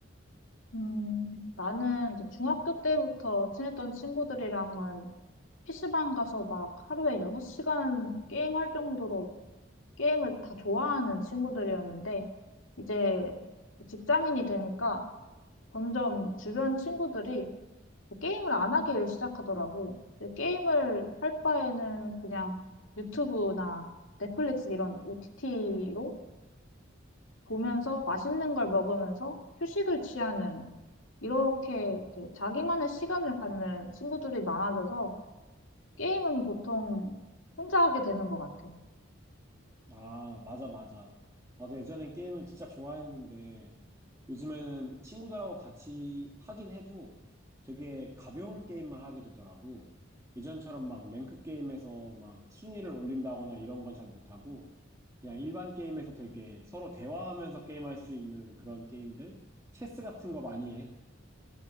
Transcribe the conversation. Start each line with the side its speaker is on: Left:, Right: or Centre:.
Left: 음, 나는 이제 중학교 때부터 친했던 친구들이랑은 PC방 가서 막 하루에 6시간 게임할 정도로 게임을 다 좋아하는 친구들이었는데, 이제 직장인이 되니까 점점 주변 친구들이 게임을 안 하길 시작하더라고. 근데 게임을 할 바에는 그냥 유튜브나 넷플릭스 이런 OTT로 보면서 맛있는 걸 먹으면서 휴식을 취하는 이렇게 이제 자기만의 시간을 갖는 친구들이 많아져서 게임은 보통 혼자 하게 되는 것 같아.
Right: 아, 맞아, 맞아. 나도 예전엔 게임을 진짜 좋아했는데, 요즘에는 친구들하고 같이 하긴 해도 되게 가벼운 게임만 하게 되더라고. 예전처럼 막 랭크 게임에서 막 순위를 올린다거나 이런 건 잘 못하고, 그냥 일반 게임에서 되게 서로 대화하면서 게임할 수 있는 그런 게임들? 체스 같은 거 많이 해.